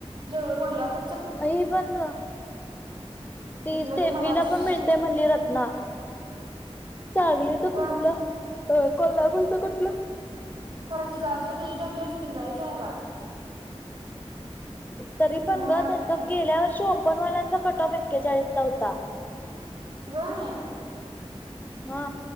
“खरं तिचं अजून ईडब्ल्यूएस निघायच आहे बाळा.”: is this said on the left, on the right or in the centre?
Right